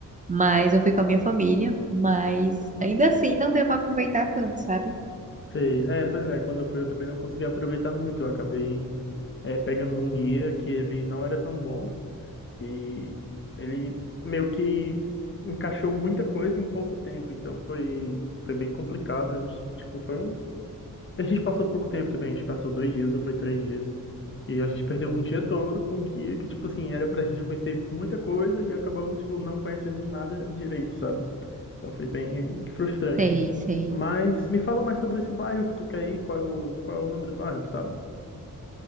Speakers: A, on the right; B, on the left.
A: mas eu fui com a minha família. Mas ainda assim não deu pra aproveitar tanto, sabe?
B: Sei. É, pois é, quando eu fui eu também não consegui aproveitar muito. Eu acabei é, pegando um guia que ele não era tão bom e ele meio que encaixou muita coisa em pouco tempo. Então foi, foi bem complicado. A gente, tipo, foi um... A gente passou pouco tempo também. A gente passou dois dias ou foi três dias. E a gente perdeu um dia todo com o guia que, tipo assim, era pra gente conhecer muita coisa e acabamos, tipo, não conhecendo nada direito, sabe? Então foi bem frustrante.
A: Sei, sei.
B: Mas me fala mais sobre esse bairro que tu quer ir, qual é o, qual é o nome do bairro, tu sabe?